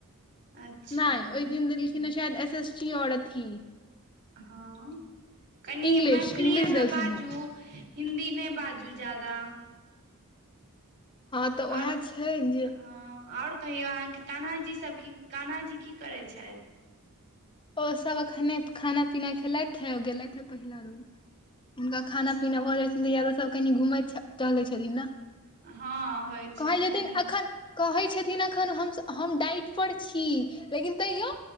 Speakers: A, on the right; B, on the left.
A: अच्छा
B: नाइ, ओइ दिन देलखिने शयद एस एस टी और अथी
A: हँ, कनि
B: इंग्लिश
A: मैथिलीये
B: इंग्लिश
A: में
B: देलखिन
A: बाजू
B: हे
A: हिन्दी नै बाजू ज्यादा।
B: हँ तऽ ओहे
A: आओर
B: छै जे
A: हँ, और कहियौ अहाँ के कान्हा जी सब कि, कान्हा जी की करै छेथ?
B: ओ सव अखने खाना-पीना खेलैथे औ गेलैथे पहिला रूम। हुनका
A: अच्छा
B: खाना-पीना भऽ जै छैन तेकर बाद ओ सभ कनि घुमै छ टहलै छथिन न।
A: हँ होइ छनि
B: कहै जेथिन
A: कनि
B: अखन कहै छथिन अखन हम-स हम डाइट पर छी, लेकिन तैयो